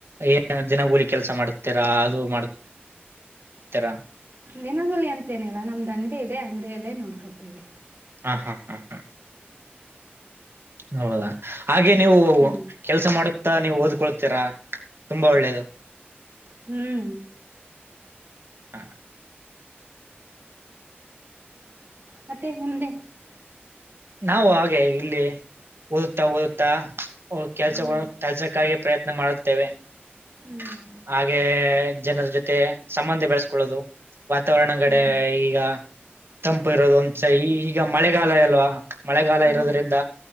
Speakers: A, on the right (about 75°); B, on the right (about 60°).
A: ಏನ್ ದಿನಗೂಲಿ ಕೆಲ್ಸ ಮಾಡ್ತೀರಾ ಅದು ಮಾಡ್ತೀರಾ?
B: ದಿನಗಲಿ ಅಂತೇನಿಲ್ಲ ನಮ್ದ್ ಅಂಗಡಿ ಇದೆ ಅಂಗಡಿಯಲ್ಲೇ ನೋಡ್ಕೊತೀವಿ.
A: ಹಾ ಹಾ ಹಾ ಹಾ ಹೌದಾ ಹಾಗೆ ನೀವು
B: ಹ್ಮ್
A: ಕೆಲಸ ಮಾಡ ತ್ತ ನೀವು ಓದ್ಕೊಳ್ತೀರಾ ತುಂಬಾ ಒಳ್ಳೇದು.
B: ಹ್ಮ್
A: ಹ
B: ಮತ್ತೆ ನಿಮ್ದ <unintelligible>
A: ನಾವು ಹಾಗೆ ಇಲ್ಲಿ ಓದುತ್ತಾ ಓದುತ್ತಾ ಕೆಲ್ಸ
B: ಹ್ಮ್
A: ಕೆಲ್ಸಕ್ಕಾಗ ಪ್ರಯತ್ನ ಮಾಡುತ್ತೇವೆ
B: ಹ್ಮ್
A: ಹಾಗೆ ಜನರ ಜೊತೆ ಸಂಬಂಧ ಬೆಳೆಸ್ಕೊಳ್ಳೋದು ವಾತಾವರಣ ಕಡೆ
B: ಓ
A: ಈಗ ತಂಪು ಇರೋದು ಒಂದ್ಸ ಈ ಈಗ ಮಳೆಗಾಲ ಅಲ್ವಾ ಮಳೆಗಾಲ
B: ಹಾ
A: ಇರೋದ್ರಿಂದ